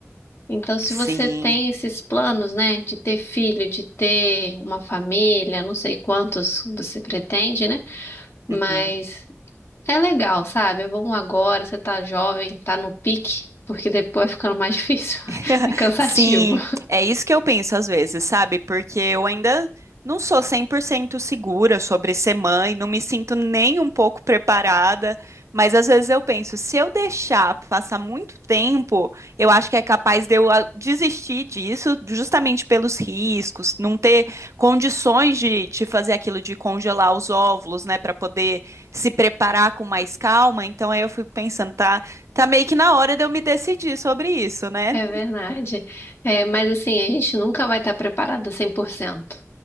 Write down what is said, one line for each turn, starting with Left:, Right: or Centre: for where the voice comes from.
Left: Então, se
Right: sim.
Left: você tem esses planos, né, de ter filho, de ter uma família, não sei quantos você pretende, né? Mas
Right: Uhum.
Left: é legal, sabe? É bom agora, você tá jovem, tá no pique, porque depois vai ficando mais difícil. <laughs>
Right: <laughs>
Left: É cansativo.
Right: Sim, é isso que eu penso às vezes, sabe? Porque eu ainda não sou 100% segura sobre ser mãe, não me sinto nem um pouco preparada, mas às vezes eu penso, se eu deixar passar muito tempo, eu acho que é capaz de eu ah, desistir disso, justamente pelos riscos, não ter condições de, de fazer aquilo de congelar os óvulos, né, para poder se preparar com mais calma. Então aí eu fico pensando, tá, tá meio que na hora de eu me decidir sobre isso, né?
Left: É verdade. É, mas assim, a gente nunca vai estar preparada 100%.